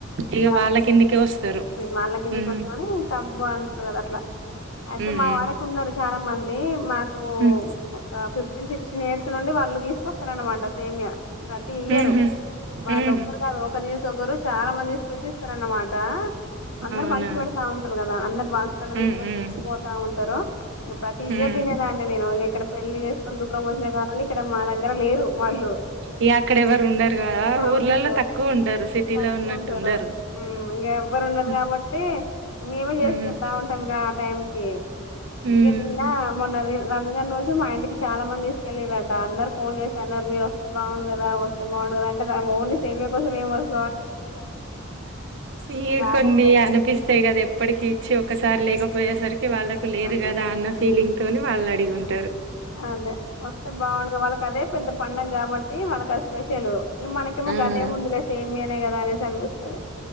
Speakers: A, on the right; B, on the left.
A: ఇగ
B: వాళ్ళ
A: కిందికే వస్తారు.
B: వాళ్ళకిిన్నికి
A: హ్మ్.
B: వస్తాని సబ్బు అంటారు కదా అట్లా అయితే
A: హ్మ్.
B: మా
A: హ్మ్.
B: వాడకు ఉన్నారు చాలా మంది అ మా
A: హ్మ్.
B: ఒక ఫిఫ్ ఫిఫ్టీన్ సిక్స్టీన్ ఇయర్స్ నుండి వాళ్ళు తీకొస్తారనమాట సేమయా ప్రతి ఇయ్యరు
A: హుహు.
B: వాళ్ళ
A: హ్మ్.
B: ఒరు కాదు ఒకరి వెనక ఒకరు చాలా మంది సుచిస్తారు అన్నమాట అందరు
A: అవునా.
B: పంచి పెడతా ఉంటారు కదా అందరు బాక్స్లో
A: హ్మ్.
B: తీసుకొచ్చి
A: హ్మ్.
B: ఇచ్చిపోతా ఉంటారు ప్రతి
A: హ్మ్.
B: ఇయర్ తినేదాన్ని నేను ఇక్కడ పెళ్లి చేస్త కొండూకా మోిన గాగానా క మా దగ్గర లేరు వాళ్ళు
A: ఇగ అక్కడ ఎవరు ఉండరు గదా ఊర్లలో
B: ఉండరు
A: తక్కువుంటారు సిటీలో
B: తక్కువ
A: ఉన్నట్టుండరు.
B: ఉంటారు ఇంక ఎవ్వరు ఉండరు
A: హ్మ్.
B: కాబట్టి మేమే చేసుకుంటా
A: హ్మ్.
B: ఉంటాం ఇక ఆ టైంకి
A: హ్మ్.
B: ఇక నిన్న మొన్న ఉందని రోజు మా ఇంటికి చాలా మంది తీసుకెళ్ళలిరట అందరు ఫోన్ చేస అన్నారు మీరు వస్త బాగుండు కదా వస్తే బాగుండు కదా అంటే ఓన్లీ సేమియా కోసం ఏం వస్తె
A: ఇ
B: రాలేం
A: కొన్ని
B: కదా
A: అనిపిస్తాయి కదా ఎప్పటికి ఇచ్చి ఒకసారి లేకపో పోయే సార్కి వాళ్ళకు లేరు
B: అదే
A: కదా అన్న ఫీలింగ్
B: ఉమ్,
A: తోని వాళ్ళు అదిగుంట
B: అదే వస్తే బావుండు గా వాళ్ళకి అదే పెద్ద పండగ కాబట్టి వాళ్ళకి అ స్పెషలు మానేకేమో
A: హ్మ్.
B: గాదెముంది లె సేమయాల అ కదా అనేస్ అనిపిస్తుంది